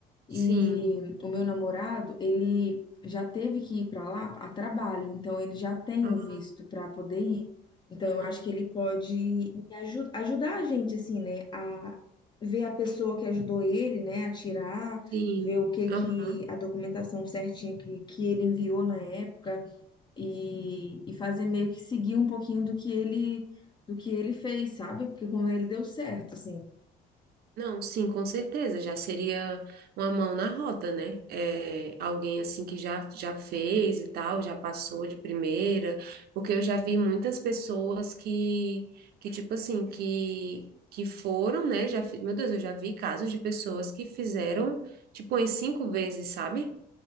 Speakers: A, on the left; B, on the right.
A: E
B: Sim.
A: o meu namorado, ele já teve que ir para lá a trabalho, então ele já tem
B: Ah,
A: o visto para poder ir. Então eu acho
B: aham.
A: que ele pode me aju- ajudar a gente assim, né, a ver a pessoa que ajudou ele, né, a tirar,
B: Sim.
A: ver o que
B: Aham.
A: que a documentação certinha que, que ele enviou na época e, e fazer meio que seguir um pouquinho do que ele do que ele fez, sabe? Porque com ele deu certo, assim.
B: Não, sim, com certeza. Já seria uma mão na roda, né? É, alguém assim que já, já fez e tal, já passou de primeira, porque eu já vi muitas pessoas que, que tipo assim, que, que foram, né? Já, fi- meu Deus, eu já vi casos de pessoas que fizeram, tipo, em cinco vezes, sabe?